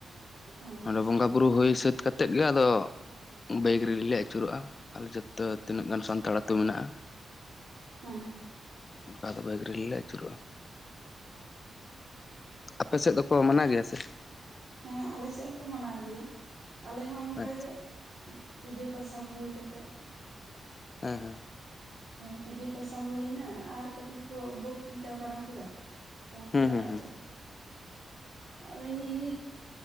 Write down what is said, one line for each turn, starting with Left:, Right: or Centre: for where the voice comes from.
Right: ᱟᱪᱪᱷᱟ
Left: ᱚᱸᱰᱮ ᱵᱚᱸᱜᱟ ᱵᱩᱨᱩ ᱦᱩᱭ ᱥᱟᱹᱛ ᱠᱟᱛᱮᱫ ᱜᱮ ᱟᱫᱚ ᱵᱟᱹᱭᱤᱠ ᱨᱤᱞᱤ ᱞᱮ ᱟᱹᱪᱩᱨᱚᱜ-ᱟ ᱟᱞᱮ ᱡᱚᱛᱚ ᱛᱤᱱᱟᱹᱜ ᱜᱟᱱ ᱥᱟᱱᱛᱟᱲ ᱟᱹᱛᱩ ᱢᱮᱱᱟᱜ-ᱟ᱾
Right: ᱦᱮᱸ ᱾
Left: ᱚᱱᱠᱟ ᱫᱚ ᱵᱟᱹᱭᱤᱠ ᱨᱮᱜᱮ ᱞᱮ ᱟᱹᱪᱩᱨᱚᱜᱼᱟ᱾ ᱟᱯᱮ ᱥᱮᱫ ᱫᱚᱠᱚ ᱢᱟᱱᱟᱣ ᱜᱮᱭᱟ ᱥᱮ
Right: ᱦᱮᱸ ᱟᱞᱮ ᱥᱮᱫ ᱦᱚᱸᱠᱚ ᱢᱟᱱᱟᱣ ᱜᱮᱭᱟ ᱟᱞᱮ ᱦᱚᱸ ᱚᱱᱠᱟ
Left: ᱟᱪᱪᱷᱟ
Right: ᱜᱮ ᱯᱩᱡᱟᱹ ᱯᱟᱥᱟ ᱦᱩᱭ ᱠᱟᱛᱮᱜ,
Left: ᱦᱮᱸ ᱦᱮᱸ᱾
Right: ᱯᱩᱡᱟᱹ ᱯᱟᱥᱟ ᱦᱩᱭᱱᱟ, ᱟᱨ ᱠᱟᱹᱴᱤᱡ ᱠᱚ ᱵᱚᱠᱛᱤᱛᱟ ᱵᱟᱲᱟ ᱠᱮᱫᱟ ᱾ ᱛᱟᱨᱯᱚᱨᱮ
Left: ᱦᱩᱸ ᱦᱩᱸ
Right: ᱟᱫᱚ
Left: ᱦᱩᱸ
Right: ᱤᱭᱟᱹ